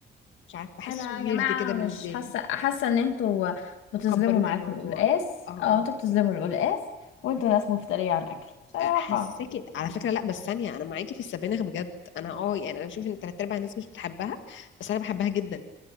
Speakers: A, on the left; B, on the left.
A: مش عارف بحسه
B: انا
A: ويرد
B: يا جماعه
A: كده بالنسبة
B: مش حاسه
A: لي
B: حاسه ان انتوا بتظلموا
A: اتفق مكبرين
B: معاكم
A: معاك الموضوع
B: القلقاس
A: اه
B: اه انتوا بتظلموا القلقاس وانتوا ناس مفتريه على الاكل بصراحه
A: آه، حساكي على فكرة لا بس ثانية انا معاكي في السبانخ بجد انا اه يعني انا بشوف ان تلات ارباع الناس مش بتحبها بس انا بحبها جدا